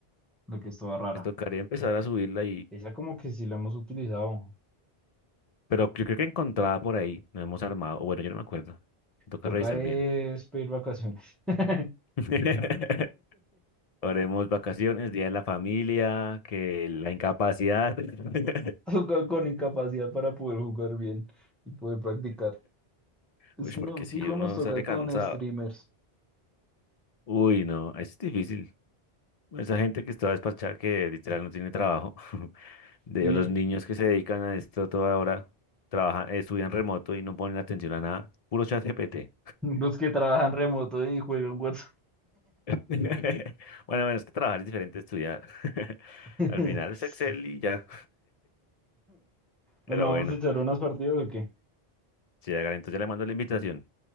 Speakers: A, in the centre; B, on the left.
A: La que es toda rara.
B: les tocaría empezar a subirla
A: Esa como que sí la hemos utilizado.
B: Pero yo creo que encontraba por ahí, nos hemos armado, o bueno, yo no me acuerdo, toca
A: Toca
B: revisar
A: es
B: bien.
A: pedir vacaciones. <laughs>
B: <laughs> Haremos vacaciones, día de la familia, que la incapacidad. <laughs>
A: Toca con incapacidad para poder jugar bien y poder practicar. Es
B: Uy,
A: que
B: porque
A: no,
B: si
A: fijo
B: uno
A: nos toca
B: sale cansado.
A: con streamers.
B: Uy, no, es difícil. Esa gente que está despachada, que literal no tiene trabajo, <laughs> de
A: Sí,
B: los niños que se dedican a esto toda hora, trabajan, estudian remoto y no ponen atención a nada, puro chat GPT.
A: los que trabajan remoto y juegan WhatsApp.
B: <laughs> Bueno, bueno, es que trabajar es diferente a estudiar. <laughs>
A: <laughs>
B: Al final es Excel y ya. <laughs> Pero
A: Bueno, vamos
B: bueno,
A: a echar unas partidas o qué?
B: si hagan, entonces ya le mando la invitación.